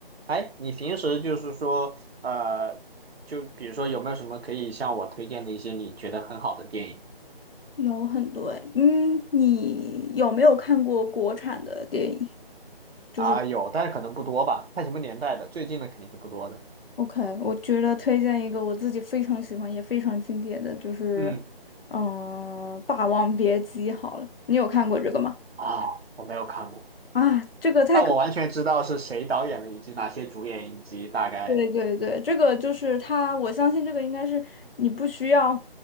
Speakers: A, on the right; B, on the left.
A: 哎，你平时就是说，呃，就比如说有没有什么可以向我推荐的一些你觉得很好的电影
B: 有很多哎，嗯，你有没有看过国产的电影？就是
A: 啊？有，但是可能不多吧，看什么年代的，最近的肯定是不多的。
B: OK，我觉得推荐一个我自己非常喜欢也非常经典的，就是
A: 嗯，
B: 嗯，呃霸王别姬》好了，你有看过这个吗？
A: 啊，我没有看过，
B: 啊，这个太可，
A: 但我完全知道是谁导演的，以及哪些主演，以及大概，
B: 对对对，这个就是它，我相信这个应该是你不需要，